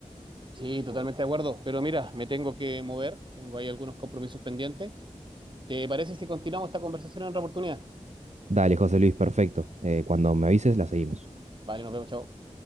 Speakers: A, on the right; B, on the right.
A: Sí, totalmente de acuerdo. Pero mira, me tengo que mover. Tengo ahí algunos compromisos pendientes. ¿Te parece si continuamos esta conversación en otra oportunidad?
B: Dale, José Luis, perfecto. Eh, cuando me avises, la seguimos.
A: Vale, nos vemos, chao.